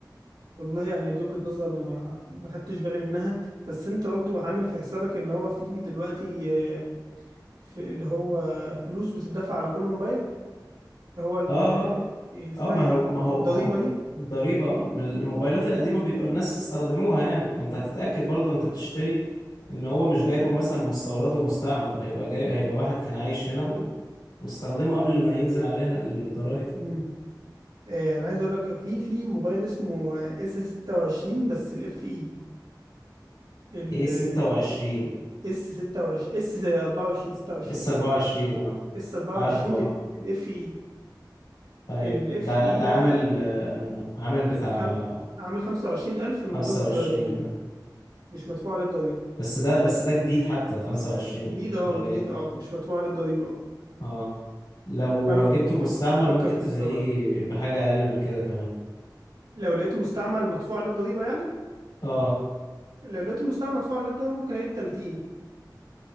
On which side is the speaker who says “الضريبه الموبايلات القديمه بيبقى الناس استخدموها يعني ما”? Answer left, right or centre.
Left